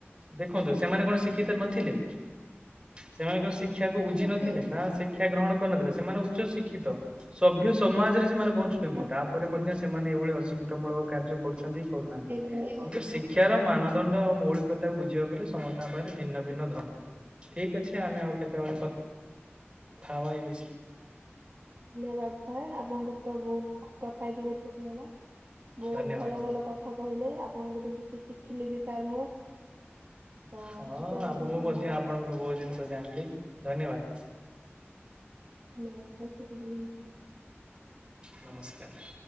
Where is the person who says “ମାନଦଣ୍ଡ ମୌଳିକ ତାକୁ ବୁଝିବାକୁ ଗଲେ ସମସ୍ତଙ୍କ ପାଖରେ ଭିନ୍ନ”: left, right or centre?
Right